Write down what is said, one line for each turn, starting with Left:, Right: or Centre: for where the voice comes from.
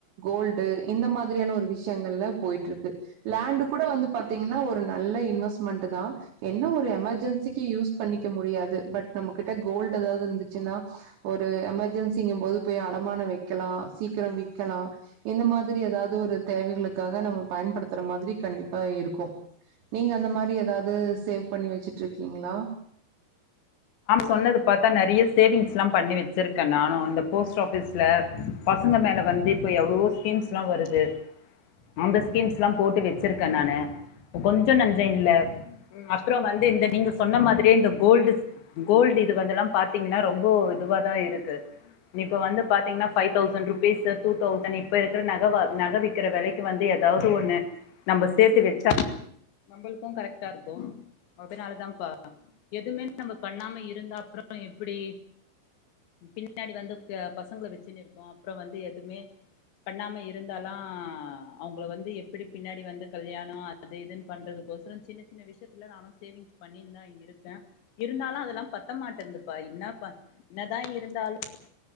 Right: கோல்டு இந்த மாதிரியான ஒரு விஷயங்கள்ல போயிட்டு இருக்கு லேண்டு கூட வந்து பார்த்தீங்கன்னா ஒரு நல்ல இன்வெஸ்ட்மெண்ட் தான் என்ன ஒரு எமர்ஜென்சிக்கு யூஸ் பண்ணிக்க முடியாது பட் நம்ம கிட்ட கோல்டு் ஏதாவது இருந்துச்சுன்னா ஒரு எமர்ஜென்சிங்கும் போது போய் அடமானம் வைக்கலாம் சீக்கிரம் விறக்கலாம் இந்த மாதிரி ஏதாவது ஒரு தேவைகளுக்காக நம்ம பயன்படுத்த மாதிரி கண்டிப்பா இருக்கும் நீங்க அந்த மாதிரி ஏதாவது சேவ் பண்ணி வச்சுட்டு இருக்கீங்களா
Left: சொன்ன பாத்தா நெறைய சேவிங்ஸ் எல்லாம் பண்ணி வச்சிருக்கேன் நானும் இந்த போஸ்ட் ஆபீஸ்ல பசங்க மேல வந்து இப்ப எவ்ளவோ ஸ்கீம்ஸ் எல்லாம் வருது அந்த ஸ்கீம்ஸ் எல்லாம் போட்டு வச்சிருக்கேன் நானு கொஞ்சம் நெஞ்சம் இல்ல அப்புறம் வந்து இந்த நீங்க சொன்ன மாதிரியே இந்த கோல்டு கோல்டு இதுவந்தலாம் பாத்திரங்கன ரொம்ப இதுவ தான் இருக்கு இப்ப வந்து பாத்திங்கன ஃபைவ்தவுஸ்சன் ருப்பிஸ் டூத்வுஸ்சன் இப்ப இருக்கிற நகைவிக்கிறக்கு விலைக்கு எதாவது ஒன்னு ந நம்ம சேர்த்து வச்சாலும் நம்மளுக்கும் கரெக்ட்டா இருக்கும் அதனாலதபா எதுமே பண்ணாம இருந்தா அப்புறம் எப்படி பின்னாடி வந்து பசங்களை வச்சுன்ன இருக்கோம் அப்புறம் வந்து எதுவுமே பண்ணாம இருந்தாலாம் அவங்க வந்து எப்படி பின்னாடி வந்து கல்யாணம் அது இதுன்னு பண்றதுக்கோசரம் சின்ன சின்ன விஷயத்துல நானும் சேவிங்ஸ் பண்ணி தான் இருக்கேன் இருந்தாலும் அததெல்லாம் பத்த மாட்டேதுபா என்னப்ப என்னதான் இருந்தாலும்